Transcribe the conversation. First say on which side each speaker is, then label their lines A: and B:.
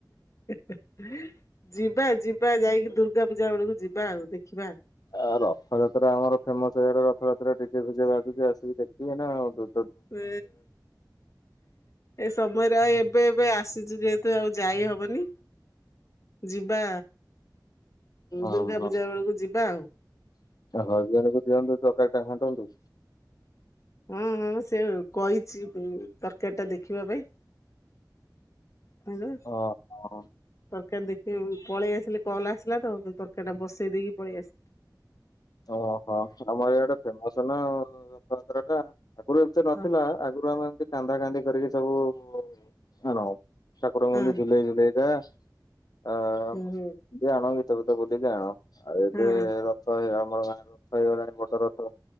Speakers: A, on the left (about 45°); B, on the left (about 60°).
A: <inaudible> ଯିବା ଯିବା ଯାଇକି ଦୁର୍ଗା ପୂଜା ବେଳକୁ ଯିବା ଆଉ ଦେଖିବା
B: ଆଉ ରଥଯାତ୍ରା ଆମର ଫେମସ ଏଇଡା ରଥଯାତ୍ରା ଡିଜେ ଫଜେ ଭାଗୁଛି ଆସିକି ଦେଖିକି ନାଉ
A: ହ ସମୟରେ ଆଉ ଏବେ ଏବେ ଆସିଛୁ ଯେହେତୁ ଆଉ ଯାଇ ହବନି ଯିବା
B: ହଁ
A: ଦୁର୍ଗା
B: ହଁ
A: ପୂଜା ବେଳକୁ ଯିବା ଆଉ।
B: ହ ଦିଅନ୍ତୁ ଚରକାରୀ ଟା ଖାଣ୍ଟନ୍ତୁ
A: ହଁ ହଁ ମୁଁ ସେ କହିଛି ତରକାର ଟା ଦେଖିବା ପାଇଁ ହେଲା।
B: ଓ ହ
A: ତରକାରୀ ଦେଖି ପଳେଇ ଆସିଲେ କଲ୍ ଆସିଲା ତ ତରକାରୀ ଟା ବସେଇ ଦେଇକି ପଳେଇ ଆସିଲି
B: ଓହୋ ଆମର ଏଇଟା ଫେମସ ନା୍ର ଟା ଆଗରୁ ଏତି ନଥିଲା
A: ହଁ
B: ଆଗରୁ ଆମେ ଏମତି କାନ୍ଦା କାନ୍ଦି କରିକି ସବୁଉ ସକଡ଼ଙ୍ଗି
A: ହଁ
B: ଜୁଲାଇ ଜୁଲାଇ ଦ ଅ
A: ହୁଁ ହୁଁ
B: ଜାଣ ଗୀତ ଫୀତ ବୁଲି ଆଣ ଆଉ ଏବେ
A: ହଁ
B: ରଥ ହେଇଆ ରଥ ହେଇଗଲାଣି ବଟ ରଥ